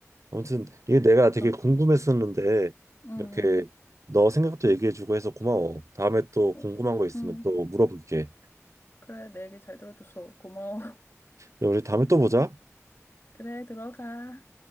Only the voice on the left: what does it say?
어.
응, 응.
어,
응.
그래, 내 얘기 잘 들어줘서 고마워. <laughs>
그래, 들어가.